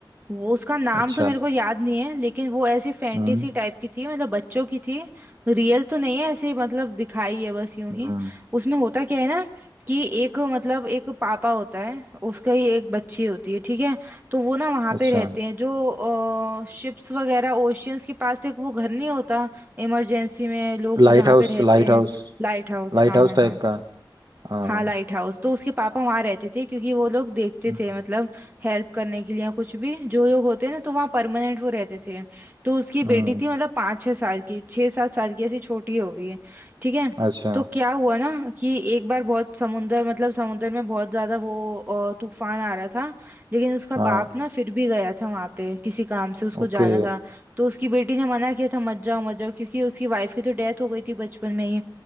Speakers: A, on the right; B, on the right.
A: वो उसका नाम
B: अच्छा
A: तो मेरे को याद नहीं है लेकिन वो ऐसी फैंटेसी
B: हम्म
A: टाइप की थी मतलब बच्चों की थी रियल तो नहीं है ऐसे ही मतलब दिखाई है बस यूं
B: हम्म
A: ही उसमें होता क्या है ना कि एक मतलब एक पापा होता है उसका ही एक बच्ची होती है ठीक है तो वो ना वहां
B: अच्छा
A: पे रहते हैं जो शिप्स वगैरह ओशियंस के पास एक वो घर नहीं होता इमरजेंसी में लोग
B: लाइट
A: जहाँ
B: हाउस
A: पे रहते
B: लाइट
A: हैं
B: हाउस
A: लाइट हाउस
B: लाइट
A: हाँ
B: हाउस
A: हाँ
B: type
A: हाँ
B: का हाँ
A: हाँ लाइट हाउस तो उसके पापा वहां रहते थे क्योंकि वो लोग देखते
B: हम्म
A: थे मतलब हेल्प करने के लिए या कुछ भी जो लोग होते हैं ना तो वहाँ परमानेंट वो रहते थे तो उसकी बेटी
B: हम्म,
A: थी मतलब पाँच छः साल की छः सात साल की ऐसी छोटी होगी ठीक है
B: अच्छा
A: तो क्या हुआ ना कि एक बार बहुत समुंदर मतलब समुंदर में बहुत ज्यादा वो अ, तूफान आ रहा था लेकिन उसका
B: हाँ
A: बाप ना फिर भी गया था वहां पे किसी काम से उसको
B: ओके
A: जाना था तो उसकी बेटी ने मना किया था मत जाओ मत जाओ क्योंकि उसकी वाइफ की तो डेथ हो गई थी बचपन में ही